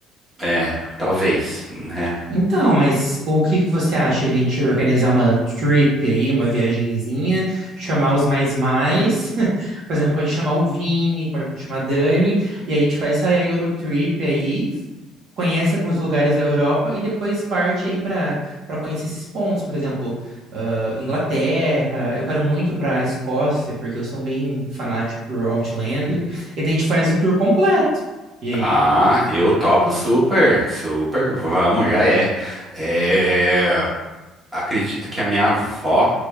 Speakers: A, on the right; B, on the right.
A: É, talvez, né?
B: Então, mas o que que você acha de a gente organizar uma trip aí, uma viagenzinha, chamar os mais mais, <laughs> por exemplo, pode chamar o Vini, pode chamar a Dani, e a gente faz essa Eurotrip aí, conhece alguns lugares da Europa e depois parte aí para para conhecer esses pontos, por exemplo, ah, Inglaterra, eu quero muito para a Escócia, porque eu sou bem fanático por Outlander, e daí a gente faz o tour completo. E aí?
A: Ah, eu topo super, super, vamos, já é. É, acredito que a minha avó